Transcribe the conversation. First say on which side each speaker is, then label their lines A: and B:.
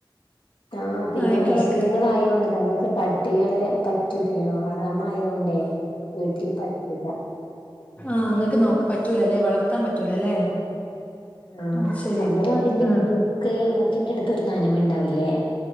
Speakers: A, on the left; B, on the left.
A: ആഹ് പിന്നെ
B: നായ്ക്കളൊക്കെ
A: മുസ്ലിങ്ങൾ ആയോണ്ട് നമ്മക്ക് പട്ടികളെ പറ്റൂലല്ലോ. ഹറാമായൊണ്ടെ വീട്ടിൽ പറ്റില്ല.
B: ആഹ്, ങ്ങക്ക് നോക്ക പറ്റൂലല്ലേ വളർത്താം പറ്റൂലല്ലേ.
A: ആഹ്,
B: അത് ശരി
A: സംഭവം അതിന്റെ
B: ആഹ്
A: മൂക്ക് മൂക്കിന്റെ അടുത്ത് ഒരു നനവുണ്ടാവില്ലേ.